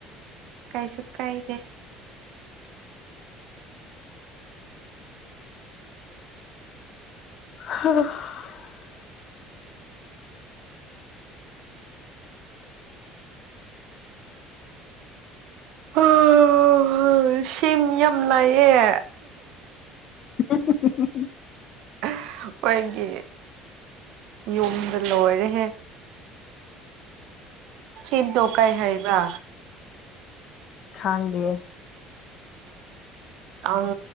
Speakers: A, on the right (about 60°); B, on the left (about 50°).
A: ꯀꯥꯏꯁꯨ ꯀꯥꯏꯗꯦ
B: <unintelligible>
A: ꯑꯣ ꯁꯦꯝ ꯌꯥꯝ ꯂꯥꯏꯌꯦ꯫
B: <unintelligible>
A: ꯑꯣꯏꯒꯤ ꯌꯨꯝꯗ ꯂꯣꯏꯔꯦꯍꯦ ꯊꯦꯟꯗꯣ ꯀꯥꯏ ꯍꯥꯏꯕ꯭ꯔ
B: ꯈꯥꯡꯗꯦ
A: ꯀꯪ